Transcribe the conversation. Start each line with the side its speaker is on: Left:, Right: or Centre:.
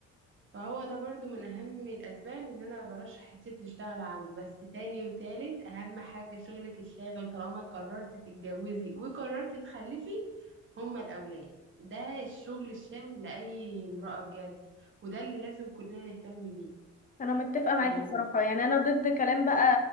Right: فهو ده برضو من أهم الأسباب إن أنا برشح الست تشتغل عنده بس تاني وتالت أهم حاجة شغلك الشاغل طالما قررت تتجوزي وقررت تخلفي هما الأولاد ده الشغل الشاغل لأي امرأة بجد وده اللي لازم كلنا نهتم بيه
Left: انا متفقه معاكي
Right: يعني
Left: بصراحه يعني انا ضد كلام بقى